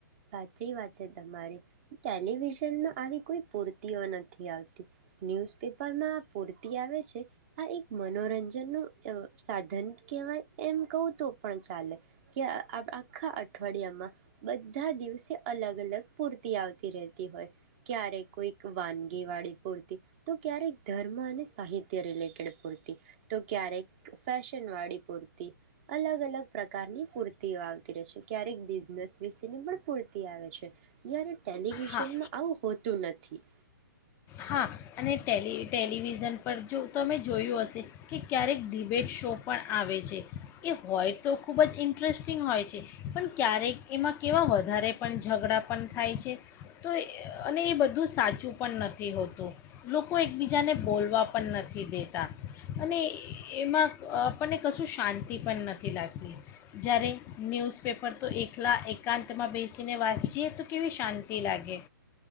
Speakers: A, on the right; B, on the left.
A: સાચી વાત છે તમારી. ટેલિવિઝનના આવી કોઈ પૂર્તિઓ નથ. નથી આવતી ન્યૂઝપેપરમાં આ પૂરતી આવે છે, આ એક મનોરંજનનું અ સાધન કહેવાય એમ કહું તો પણ ચાલે કે આ આખા અઠવાડિયામાં બધ બધા દિવસે અલગ અલગ પૂર્તિ આવતી રહેતી હોય ક્યારેક કોઈક વાનગીવાળી પૂર્તિ તો ક્યારેક ધર્મ અને સાહિત્ય રિલેટેડ પૂર્તિ તો ક્યારેક ફેશનવાળી પૂર્તી અલગ અલગ પ્રકારની પૂર્તિઓ આવતી રહેશે ક્યારેક બિઝનેસ વિશે તેની પણ પૂરતી આવે છે, જ્યારે ટેલિવિઝનમાં
B: હા
A: આવું હોતું નથી.
B: હા, અને ટેલી ટેલિવિઝન પર જો તમે જોયું હશે કે ક્યારેક ડિબેટ શો પણ આવે છે એ હોય તો ખૂબ જ ઇન્ટરેસ્ટિંગ હોય છે. પણ ક્યારેક એમાં કેવા વધારે પણ ઝઘડા પણ થાય છે તો અને એ બધું સાચું પણ નથ નથી હોતું લોકો એકબીજાને બોલવા પણ નથી દેતા અને એમાં આપણને કશું શાંતિ પણ નથી લાગતી જ્યારે ન્યૂઝપેપર તો એકલા એકાંતમાં બેસીને વાંચીએ તો કેવી શાંતિ લાગે.